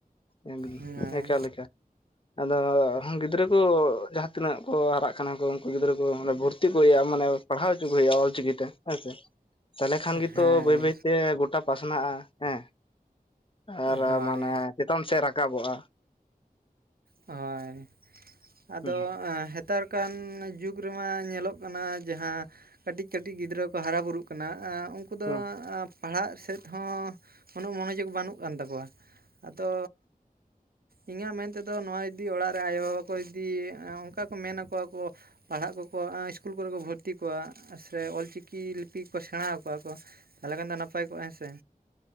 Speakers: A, on the left (about 35°); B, on the right (about 75°).
A: ᱮᱩ
B: ᱦᱳᱭ
A: ᱮᱠᱟᱞ ᱮᱠᱟᱞ᱾ ᱟᱫᱚ ᱜᱤᱫᱽᱨᱟᱹ ᱠᱚ ᱡᱟᱦᱟᱸ ᱛᱤᱱᱟᱹᱜ ᱠᱚ, ᱦᱟᱨᱟᱜ ᱠᱟᱱᱟ ᱠᱚ, ᱩᱱᱠᱩ ᱜᱤᱫᱽᱨᱟᱹ ᱠᱚ ᱵᱷᱚᱨᱛᱤ ᱠᱚᱼᱟ ᱢᱟᱱᱮ ᱯᱟᱲᱦᱟᱶ ᱚᱪᱩ ᱠᱚ ᱦᱳᱭᱩᱜ ᱟ ᱚᱞ ᱪᱤᱠᱤᱛᱮ ᱦᱮᱥᱮ ᱛᱟᱦᱚᱞᱮ ᱠᱷᱟᱱ ᱜᱮᱛᱚ,
B: ᱦᱳᱭ
A: ᱵᱟᱹᱭ ᱵᱟᱹᱭᱛᱮ ᱜᱚᱴᱟ ᱯᱟᱥᱱᱟᱜᱼᱟ ᱦᱮᱸ ᱟᱨ
B: ᱦᱳᱭ
A: ᱢᱟᱱᱮ ᱪᱮᱛᱟᱱ ᱥᱮᱫ ᱨᱟᱠᱟᱵᱚᱜᱼᱟ
B: ᱦᱳᱭ ᱟᱫᱚ
A: ᱦᱩᱸ
B: ᱦᱮᱛᱟᱨ ᱚᱱᱠᱟᱱ ᱡᱩᱜᱽ ᱨᱮᱢᱟ ᱧᱮᱞᱚᱜ ᱠᱟᱱᱟ ᱡᱟᱦᱟᱸ ᱠᱟᱹᱴᱤᱡ ᱠᱟᱹᱴᱤᱡ ᱜᱤᱫᱽᱨᱟᱹ ᱠᱚ ᱦᱟᱨᱟᱼ ᱵᱩᱨᱩᱜ ᱠᱟᱱᱟ ᱟᱸ ᱩᱸ ᱩᱱᱠᱩ ᱫᱚ
A: ᱦᱩᱸ
B: ᱯᱟᱲᱦᱟᱜ ᱥᱮᱫ ᱦᱚᱸ, ᱩᱱᱟᱹᱜ ᱢᱚᱱᱳᱚᱡᱳᱜᱽ ᱵᱟᱹᱱᱩᱜ ᱠᱟᱱ ᱛᱟᱠᱚᱣᱟ᱾ ᱟᱫᱚ ᱤᱧᱟᱹᱜ ᱢᱮᱱ ᱛᱮᱫᱚ ᱱᱚᱣᱟ ᱡᱩᱫᱤ ᱚᱲᱟᱜ ᱨᱮ ᱟᱭᱳ ᱵᱟᱵᱟ ᱠᱚ ᱡᱩᱫᱤ, ᱚᱱᱠᱟ ᱠᱚ ᱢᱮᱱᱟᱠᱚᱣᱟ ᱠᱚ ᱯᱟᱲᱦᱟᱜ ᱠᱚᱠᱚ ᱟᱸ ᱤᱥᱠᱩᱞ ᱠᱚᱨᱮ ᱠᱚ ᱵᱷᱚᱨᱛᱤ ᱠᱚᱣᱟ, ᱥᱮ ᱚᱞᱪᱤᱠᱤ ᱞᱤᱯᱤ ᱠᱚ ᱥᱮᱬᱟᱣ ᱠᱚᱣᱟ ᱠᱚ ᱾ ᱛᱟᱦᱚᱞᱮ ᱠᱷᱟᱱ ᱫᱚ ᱱᱟᱯᱟᱭ ᱠᱚᱜᱼᱟ ᱦᱮᱸ ᱥᱮ?